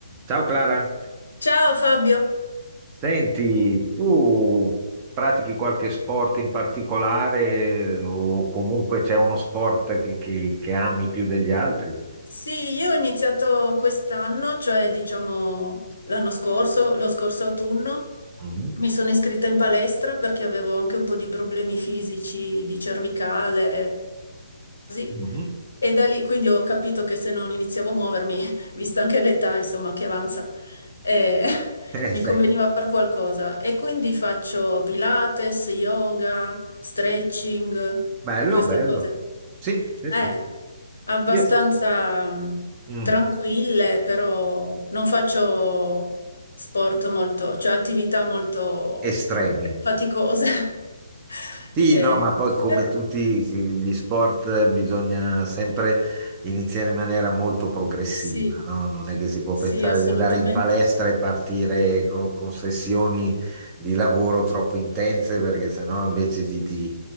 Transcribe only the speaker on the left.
Ciao Fabio,
sì, io ho iniziato quest'anno, cioè diciamo l'anno scorso, lo scorso autunno,
mi sono iscritta in palestra perché avevo anche un po' di problemi fisici di cervicale, così.
E da lì quindi ho capito che se non iniziavo a muovermi, <laughs> vista anche l'età, insomma, che avanza, eh, <laughs>
mi
conveniva far qualcosa. E quindi faccio Pilates, yoga, stretching,
queste
cose.
Eh,
abbastanza
mh,
tranquille, però non faccio sport molto, cioè attività molto,
come dire, faticose. <laughs>
Eh,
però
sì.
Sì,
assolutamente.